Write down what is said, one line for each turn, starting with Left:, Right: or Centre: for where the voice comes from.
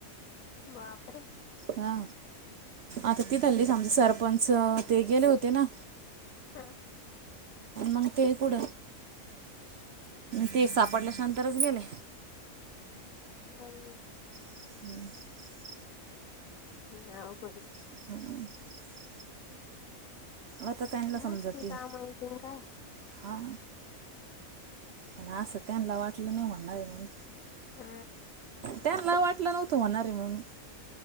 Left: बापरे!
Right: हा. आता ती थल्ली सम सरपंच ते गेले होते ना.
Left: हा.
Right: मग ते कुड ती सापडल्याच्या नंतरच गेले.
Left: बई.
Right: <unintelligible>
Left: नाव पडी
Right: <unintelligible> आता त्यांना समजा
Left: नुसती
Right: ती
Left: कामं हायती नी काय?
Right: हा पण असं त्यांना वाटलं नाही, म्हणणार आहे म्हणून
Left: आ
Right: त्यांना वाटलं नव्हतं होणारे म्हणून.